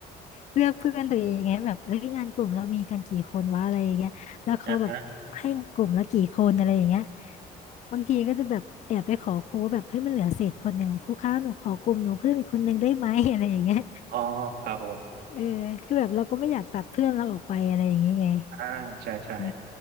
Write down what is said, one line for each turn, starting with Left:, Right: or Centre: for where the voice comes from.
Left: เลือกเพื่อนตัวเองไงแบบเอ้ยงานกลุ่มเรามีกันกี่คนวะอะไรอย่างเงี้ยแล้วเขาแบบให้กลุ่มละกี่คนอะไรอย่างเงี้ย
Right: อ่าฮะ
Left: บางทีก็จะแบบแอบไปขอครูว่าแบบเฮ้ยมันเหลือเศษคนหนึ่งอะครูคะหนูขอกลุ่มหนูเพิ่มอีกคนหนึ่งได้ไหม <laughs> อะไรอย่างเงี้ย
Right: อ๋อครับผม
Left: เออคือแบบเราก็ไม่อยากตัดเพื่อนเราออกไปอะไรอย่างเงี้ยไง
Right: อ่าใช่ใช่
Left: เออ